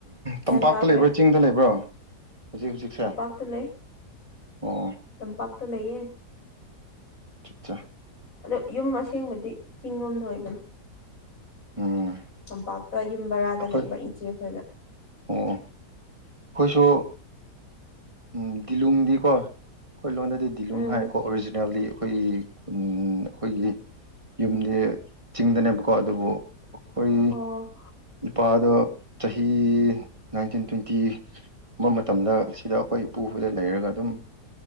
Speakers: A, on the right; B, on the left.
A: ꯇꯝꯄꯥꯛꯇ
B: ꯒ꯭ꯌꯥꯟ ꯇꯥꯗ꯭ꯔꯦ
A: ꯂꯩꯕ꯭ꯔꯥ ꯆꯤꯡꯗ ꯂꯩꯕ꯭ꯔꯣ ꯍꯧꯖꯤꯛ ꯍꯧꯖꯤꯛꯁꯦ
B: ꯇꯝꯄꯥꯛꯇ ꯂꯩ
A: ꯑꯣ
B: ꯇꯝꯄꯛꯇ ꯂꯩꯌꯦ
A: ꯑꯠꯆꯥ
B: ꯑꯗꯣ ꯌꯨꯝ ꯑꯁꯦꯡꯕꯗꯤ ꯆꯤꯡ ꯂꯣꯝꯗ ꯑꯣꯏꯕꯅꯤ
A: ꯎꯝ
B: ꯇꯝꯄꯥꯛ ꯌꯨꯝ ꯕꯔꯥꯗ
A: ꯑꯩꯈꯣꯏ
B: ꯂꯩꯕ ꯏꯆꯦꯈꯣꯏꯗ
A: ꯑꯣ ꯑꯩꯈꯣꯏꯁꯨ ꯎꯝ ꯇꯂꯣꯡꯗꯤꯀꯣ ꯑꯩꯈꯣꯏ ꯂꯣꯟꯗꯗꯤ ꯗꯤꯂꯨꯡ
B: ꯎꯝ
A: ꯍꯥꯏꯀꯣ ꯑꯣꯔꯤꯖꯤꯅꯦꯜꯗꯤ ꯑꯩꯈꯣꯏꯒꯤ ꯈꯨꯟ ꯑꯩꯈꯣꯏꯒꯤ ꯌꯨꯝꯗꯤ ꯆꯤꯡꯗꯅꯦꯕꯀꯣ ꯑꯗꯨꯕꯨ ꯑꯩꯈꯣꯏ
B: ꯑꯣ
A: ꯏꯄꯥꯗꯣ ꯆꯍꯤ ꯅꯥꯏꯟꯇꯤꯟ ꯇ꯭ꯋꯦꯟꯇꯤ ꯕ ꯃꯇꯝꯗ ꯁꯤꯗ ꯑꯩꯈꯣꯏ ꯏꯄꯨꯕꯗ ꯂꯩꯔꯒ ꯑꯗꯨꯝ